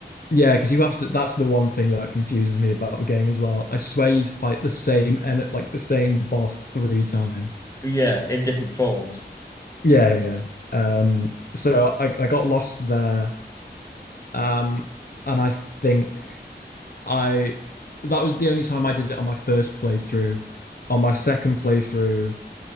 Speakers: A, on the left; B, on the left.
A: Yeah, because you have to. That's the one thing that confuses me about the game as well. I swear you fight the same and like the same boss three times.
B: But yeah, in different forms.
A: Yeah, yeah. Um, so I I got lost there. Um, and I think I that was the only time I did it on my first playthrough. On my second playthrough,